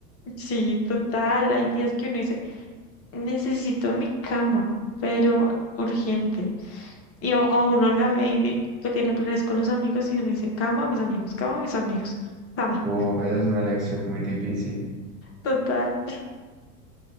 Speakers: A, on the left (about 30°); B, in the centre.
A: Sí, total. Hay días que uno dice, necesito mi cama, pero urgente. Y o, o uno la ve y di- que tiene planes con los amigos y uno dice, cama, mis amigos, cama, mis amigos, cama.
B: uf, esa es una lección muy difícil,
A: Total.